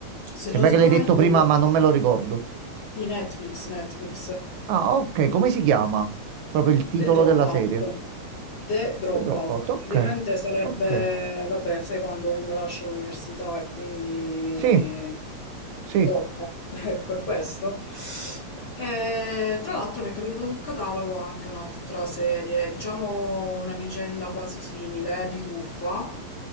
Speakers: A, on the left; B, on the right.
A: se
B: Sembra
A: non sbaglio,
B: che l'hai detto prima, ma non me lo ricordo.
A: di Netflix, Netflix.
B: Ah, ok, come si chiama? Proprio il titolo
A: The Dropout.
B: della serie.
A: The Dropout.
B: The Dropout, ok,
A: Praticamente sarebbe,
B: ok.
A: vabbè, sai quando uno lascia l'università e quindi
B: Sì, sì,
A: droppa. <laughs> Ecco, è questo. E, tra l'altro mi è capitato sul catalogo anche un'altra serie, diciamo una vicenda quasi simile eh, di truffa,